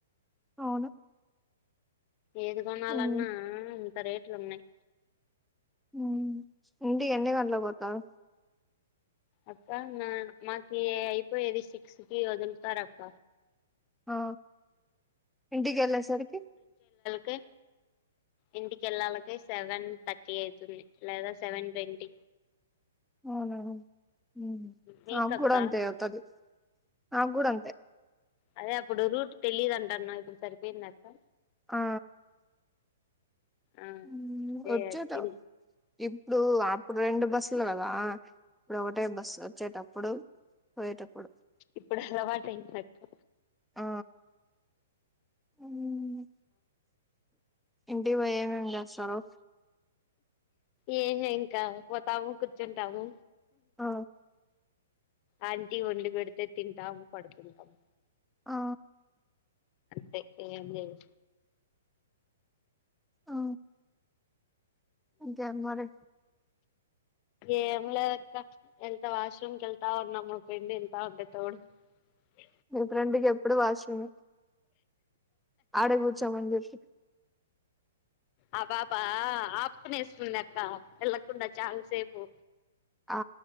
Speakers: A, in the centre; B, on the left.
A: అవును
B: ఏది కొనాలన్నా
A: ఉమ్
B: ఇంత రేట్లు ఉన్నాయి
A: ఉం ఇంటి ఎన్ని గంటలకు పోతావ్
B: అక్క నా మాకు అయిపోయేది సిక్స్ కి వదులుతారు అక్క
A: ఆ ఇంటి కేళ్ళేసరికి
B: కే ఇంటి కేళ్ళాలకి సెవెన్ థర్టీ అయితుంది లేదా సెవెన్ ట్వంటీ
A: అవునా ఉమ్
B: మీకక్క
A: నాక్కూడ అంతే అవుతది నాక్కూడం
B: అదే అప్పుడు రూట్ తెలీదంటన్నవ్ ఇప్పుడు సరిపోయిందక్కా
A: ఆ
B: ఆ
A: ఉమ్
B: అదే
A: వచ్చేట
B: అట్టిన్
A: ఇప్పుడు అప్పుడు రెండు బస్సులు కదా ఇప్పుడు ఒకటే బస్సు వచ్చేటప్పుడు పోయేటప్పుడు
B: ఇప్పుడలవాటైందక్క
A: ఆ ఉమ్ ఇంటికి పోయి ఏమేం చేస్తారు
B: ఏంలే ఇంకా పోతాము కూర్చుంటాము
A: ఆ
B: ఆంటీ వండి పెడితే తింటాము పడుకుంటాము
A: ఆ
B: తే ఏం లేదు
A: ఆ ఇంకేం మరి
B: ఏం లేదక్క వెళ్తా వాష్రూమ్ కెళ్తా ఉన్నా మా ఫ్రెండు వెళ్తా ఉంటే తోడు అ
A: మీ ఫ్రెండ్కి ఎప్పుడు వాష్రూమే ఆడే కూర్చోమని చెప్పు
B: ఆ పాపా అపుకునేస్తుందక్క వెళ్ళకుండా చాల్సేపు
A: ఆ